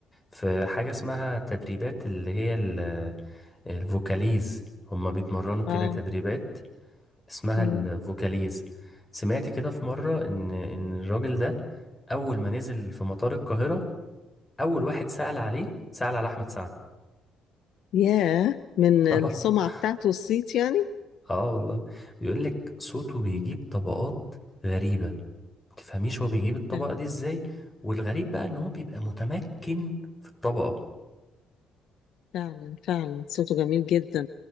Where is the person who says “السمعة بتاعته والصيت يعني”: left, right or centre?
Left